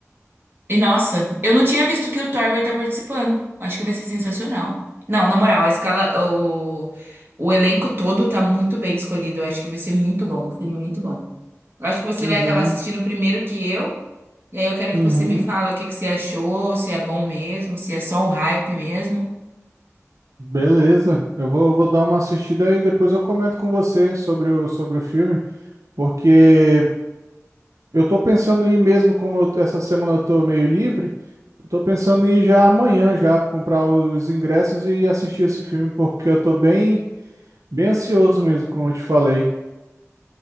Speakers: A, on the right; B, on the right.
A: E nossa, eu não tinha visto que o Thor vai estar participando. Acho que vai ser sensacional. Não, na moral, a escala, o, o elenco todo tá muito bem escolhido. Eu acho que vai ser muito bom, um filme muito bom. Eu acho que você
B: Pois
A: vai acabar
B: é.
A: assistindo primeiro que eu. E aí eu quero que
B: Uhum.
A: você me fala o que que você achou, se é bom mesmo, se é só um hype mesmo.
B: Beleza. Eu vou, vou dar uma assistida e depois eu comento com você sobre o, sobre o filme, porque eu tô pensando em ir mesmo, como eu- essa semana eu tô meio livre, Eu tô pensando em ir já amanhã já comprar os ingressos e assistir esse filme, porque eu tô bem, bem ansioso mesmo, como eu te falei.